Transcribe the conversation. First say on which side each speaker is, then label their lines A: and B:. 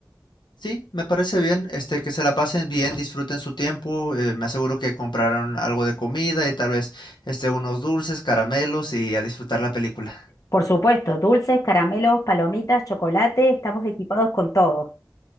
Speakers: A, on the left; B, on the left.
A: Sí, me parece bien, este, que se la pasen bien, disfruten su tiempo, eh, me aseguro que compraron algo de comida y tal vez, este, unos dulces, caramelos y a disfrutar la película.
B: Por supuesto, dulces, caramelos, palomitas, chocolate, estamos equipados con todo.